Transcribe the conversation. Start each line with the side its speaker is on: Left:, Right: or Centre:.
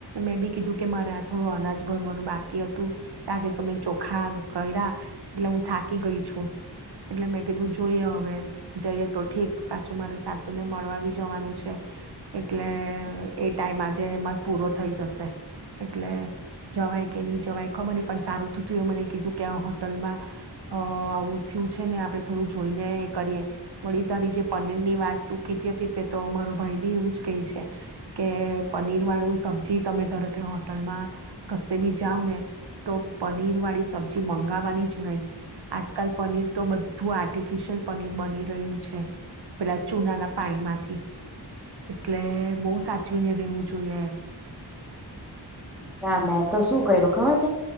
Right: મેં બી કીધું કે મારે થોડું અનાજ ભરવાનું બાકી હતું. આજે તો મેં ચોખા કર્યા એટલે હું થાકી ગઈ છું, એટલે મેં કીધું જોઈએ હવે જઈએ તો ઠીક પાછું મારે સાસુ ને મળવા બી જવાનું છે એટલે અ એ ટાઈમ આજે એમાં જ પૂરો થઈ જશે એટલે જવાય કે ની જવાય ખબર નહ પણ સારું થું થયું તુએ મને કીધું કે આ હોટલમાં અ આવું થયું છે ને આપણે થોડું જોઈને કરીએ, વળી તારી જે પનીર ની વાત ત કીતી હતી તે તો મારો ભાઈ બી એવું જ કહે છે, કે પનીર વાળું સબ્જી તમે ધાર કે હોટલમાં, કસે બી જાાવ ને તો પનીર વાળી સબ્જી મંગાવવાની જ નહીં, આજકાલ પનીર તો બધું આર્ટિફિશિયલ પનીર બની રહ્યું છે, પેલા ચૂનાના પાણી માંથી, એટલે બવ સાચવીને રહેેવું જોઈએ એમ.
Centre: ના મેં તો શું કર્યું ખબર છે,